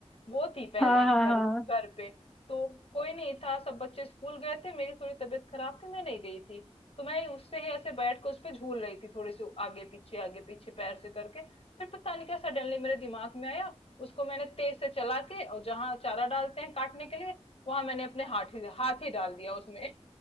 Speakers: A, on the left; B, in the centre.
A: वो थी पहले
B: हाँ हाँ
A: घर
B: हाँ
A: घर पे तो कोई नहीं था सब बच्चे स्कूल गए थे मेरी थोड़ी तबीयत खराब थी मैं नहीं गई थी तो मैं उससे ही ऐसे बैठ के उस पे झूल रही थी थोड़ी सी आगे पीछे आगे पीछे पैर से करके फिर पता नहीं क्या सडनली मेरे दिमाग में आया उसको मैंने तेज से चला के और जहां चारा डालते हैं काटने के लिए वहां मैंने अपने हाथ ही हाथ ही डाल दिया उसमें